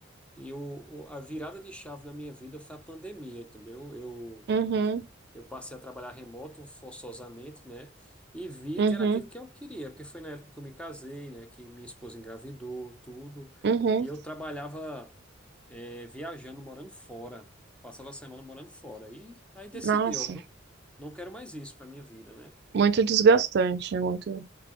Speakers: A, in the centre; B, on the right (about 55°).
A: e eu, o- a virada de chave na minha vida foi a pandemia, entendeu? Eu,
B: Uhum,
A: eu passei a trabalhar remoto forçosamente, né? E vi
B: uhum,
A: que era aquilo que eu queria, porque foi na época que eu me casei, né? Que minha esposa engravidou, tudo.
B: uhum.
A: E eu trabalhava, eh, viajando, morando fora. Passava a semana morando fora. E aí decidi,
B: Nossa,
A: eu não, não quero mais isso para minha vida, né?
B: muito desgastante, né? muito,